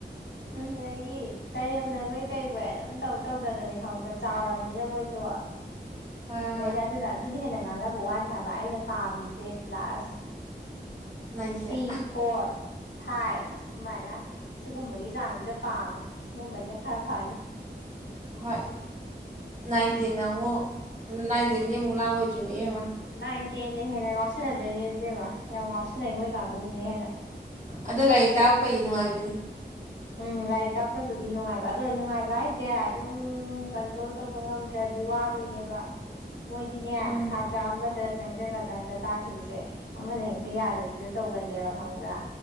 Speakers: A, on the right; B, on the left.
A: ꯎꯝ
B: ꯑꯗꯒꯤ ꯀꯔꯦꯝꯅꯕꯣꯏ ꯀꯩꯕꯣꯏ ꯑꯗꯨꯝ ꯇꯧ ꯇꯧꯗꯅꯅꯦ ꯈꯪꯕ꯭ꯔ ꯆꯥꯎꯔꯝꯅꯤꯅ ꯃꯣꯏꯖꯨ
A: ꯍꯣꯏ ꯍꯣꯏ
B: ꯂꯣꯏꯅ ꯑꯗꯨꯅ ꯑꯗꯨꯅ ꯍꯦꯟꯅ ꯉꯥꯡꯅꯕ ꯋꯥꯅꯤ ꯍꯥꯏꯕ ꯑꯩꯅ ꯄꯥꯝꯃꯤꯖꯦ class
A: nine
B: three
A: ten
B: four ꯊꯥꯏꯞ ꯁꯨꯃꯥꯏꯅ ꯁꯤꯒꯨꯝꯕꯒꯤ ꯆꯥꯡꯖꯤꯗ ꯄꯥꯝꯃꯦ ꯁꯤꯒꯨꯝꯕꯁꯤꯅ ꯈꯔ ꯐꯅꯤ
A: ꯍꯣꯏ ꯅꯥꯏꯟꯇꯦꯟꯅ ꯑꯃꯨꯛ ꯅꯥꯏꯟꯇꯦꯟꯗꯤ ꯑꯃꯨꯛ ꯂꯥꯡꯉꯣꯏꯗ꯭ꯔꯤꯅꯦ ꯏꯌꯦꯝꯃ
B: ꯅꯥꯏꯟ ꯇꯦꯟꯅ ꯍꯦꯟꯅ ꯉꯥꯎꯁꯟꯅꯗꯣꯏꯅꯦ ꯏꯕꯦꯕ ꯌꯥꯝ ꯉꯥꯎꯁꯟꯅꯩ ꯃꯣꯏ ꯀꯥꯡꯕꯨꯁꯤꯅ ꯍꯦꯟꯅ꯫
A: ꯑꯗꯣ ꯂꯥꯏꯔꯤꯛ ꯇꯥꯛꯔꯛꯄꯩꯗꯤ ꯅꯨꯡꯉꯥꯏ
B: ꯎꯝ ꯂꯥꯏꯔꯤꯛ ꯇꯥꯛꯄꯩꯕꯨꯗꯤ ꯅꯨꯡꯉꯥꯏꯕ ꯑꯗꯣ ꯅꯨꯡꯉꯥꯏꯕ ꯍꯥꯏꯁꯦ ꯑꯗꯨꯝ ꯀꯟꯇ꯭ꯔꯣꯜ ꯇꯧꯕ ꯉꯝꯗ꯭ꯔꯗꯤ ꯋꯥꯗꯣꯏꯅꯦꯕ꯫
A: <inaudible>
B: ꯃꯣꯏꯗꯤꯅꯦ
A: ꯃꯥꯅꯤ
B: ꯁꯥꯇ꯭ꯔ ꯑꯃꯗ ꯆꯪꯁꯤꯜꯂꯀꯥꯟꯗ ꯇꯥꯛꯈꯤꯕꯁꯦ ꯑꯃꯅ ꯍꯦꯛꯇ ꯌꯥꯗꯕꯤꯗꯣ ꯇꯧꯒꯜꯂꯦꯕ ꯈꯪꯕ꯭ꯔꯥ꯫